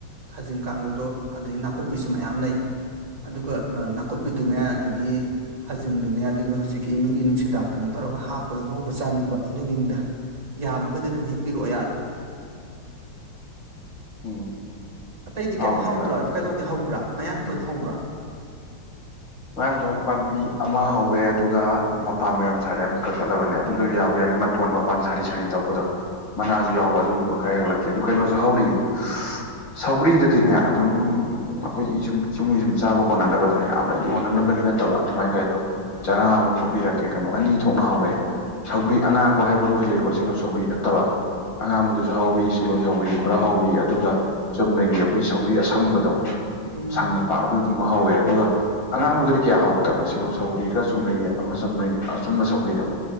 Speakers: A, on the right; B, on the left.
A: ꯈꯥꯖꯤꯡ ꯀꯥꯡꯒꯧꯗꯣ ꯑꯗꯒꯤ ꯅꯥꯀꯨꯞꯄꯤꯁꯨ ꯃꯌꯥꯝ ꯂꯩ ꯑꯗꯨꯒ ꯅꯥꯀꯨꯞꯄꯤꯗꯨꯅꯦ ꯑꯗꯒꯤ ꯈꯥꯖꯤꯡꯗꯨꯅꯦ ꯑꯗꯨꯒ ꯍꯧꯖꯤꯛꯀꯤ ꯅꯣꯏꯒꯤ ꯅꯨꯡꯁꯤꯗꯥꯛꯇꯨꯅꯦ ꯇꯧ ꯇꯧꯔꯒ ꯍꯥꯞꯄꯒ ꯉꯧꯕ ꯆꯥꯅꯤꯡꯕ ꯑꯗꯨꯒꯤꯅꯤꯗ ꯌꯥꯝꯃꯒꯗꯤ ꯑꯗꯨꯝ ꯍꯦꯛꯄꯤꯔꯛꯑꯣ ꯌꯥꯔꯦ
B: ꯎꯝ
A: ꯑꯇꯩꯗꯤ
B: ꯍꯥꯎꯕꯅꯦ
A: ꯀꯩꯝ ꯍꯧꯗ꯭ꯔꯣ ꯀꯩꯅꯣꯗꯤ ꯍꯧꯕ꯭ꯔꯥ ꯃꯌꯥꯡꯇꯣꯟ ꯍꯧꯕ꯭ꯔꯥ
B: ꯃꯌꯥꯡ ꯇꯣꯟ ꯄꯥꯝꯕꯤ ꯑꯃ ꯍꯧꯋꯦ ꯑꯗꯨꯒ ꯃꯄꯥꯟꯕꯨ ꯌꯥꯝ ꯁꯥꯔꯦ ꯑꯝꯇ ꯀꯛꯂꯕꯅꯦ ꯑꯗꯨꯁꯨ ꯌꯥꯕꯨ ꯌꯥꯏ ꯃꯇꯣꯟ ꯃꯄꯥꯟ ꯁꯥꯔꯤ ꯁꯥꯔꯤ ꯇꯧꯕꯗꯣ ꯃꯅꯥꯁꯨ ꯌꯥꯎꯕ ꯑꯗꯨꯗꯨꯖꯨ ꯈꯔ ꯍꯦꯛꯂꯛꯀꯦ ꯑꯗꯨ ꯀꯩꯅꯣꯁꯨ ꯍꯧꯔꯤꯑꯦ ꯁꯧꯒ꯭ꯔꯤꯗꯗꯤꯅꯦ ꯑꯗꯨꯝ ꯑꯩꯈꯣꯏꯒꯤ ꯌꯨꯝ ꯌꯨꯝꯒꯤ ꯁꯨꯝ ꯆꯥꯕ ꯀꯣꯟꯅꯅꯕꯗꯣ ꯌꯥꯝ ꯌꯣꯟꯅꯅꯕꯒꯤ ꯅꯠꯇꯕ ꯑꯗꯨꯃꯥꯏꯅ ꯂꯩ ꯑꯗꯣ ꯆꯔꯥ ꯑꯃ ꯄꯨꯕꯤꯔꯛꯀꯦ ꯀꯩꯅꯣ ꯑꯅꯤ ꯊꯣꯛꯅ ꯍꯧꯋꯦ ꯁꯧꯒꯤ ꯒ꯭ꯔꯤ ꯑꯉꯥꯡꯕ ꯍꯥꯏꯕ ꯑꯃꯖꯨ ꯂꯩꯀꯣ ꯁꯤꯂꯣ ꯁꯧꯒ꯭ꯔꯤ ꯅꯠꯇꯕ ꯑꯉꯥꯡꯕꯗꯨꯁꯨ ꯍꯧꯥꯎꯋꯤ ꯁꯣꯂꯣ ꯁꯥꯎꯒ꯭ꯔꯤꯗꯨ ꯈꯔ ꯍꯥꯎꯋꯤ ꯑꯗꯨꯒ ꯆꯨꯝꯅꯒꯤ ꯑꯩꯈꯣꯏ ꯁꯥꯎꯒ꯭ꯔꯤ ꯑꯁꯪꯕꯗꯣ
A: ꯎꯝ
B: ꯁꯪꯅꯄꯥ ꯑꯗꯨꯗꯨꯃ ꯍꯧꯋꯦ ꯑꯗꯨꯒ ꯑꯉꯥꯡꯗꯨꯗꯤ ꯀꯌꯥ ꯍꯧꯎꯇꯕꯅꯦ ꯁꯤꯂꯣ ꯁꯧꯒ꯭ꯔꯤꯒ ꯆꯨꯝꯅꯒꯤ ꯑꯃ ꯆꯨꯝꯅꯩ ꯑꯆꯨꯝꯕ ꯁꯧꯒ꯭ꯔꯤꯗꯣ